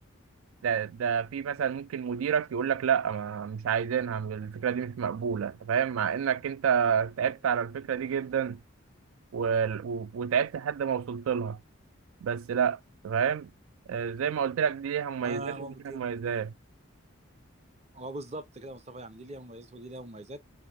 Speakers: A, on the right; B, on the right.
A: ده ده في مثلا ممكن مديرك يقول لك لا ما مش عايزينها الفكره دي مش مقبوله أنت فاهم مع انك انت تعبت على الفكره دي جدا و... و... وتعبت لحد ما وصلت لها بس لا أنت فاهم آه، زي ما قلت لك دي ليها مميزات
B: انا ممكن
A: ودي ليها مميزات
B: اه بالظبط كده يا مصطفى يعني دي ليها مميزات ودي ليها مميزات